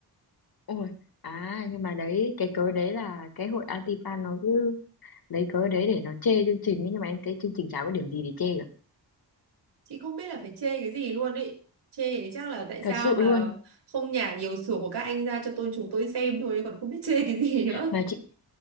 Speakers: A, on the left (about 55°); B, on the right (about 75°).
A: ôi à nhưng mà đấy cái cớ đấy là cái hội anti-fan nó cứ lấy cớ đấy để nó chê chương trình ấy nhưng mà em thấy chương trình chả có điểm gì để chê cả
B: chị không biết là phải chê cái gì luôn ấy chê thì chắc là tại sao
A: thật sự
B: mà
A: luôn
B: không nhả nhiều sủa của các anh ra cho tôi chúng tôi xem thôi còn không biết chê cái gì nữa
A: mà chị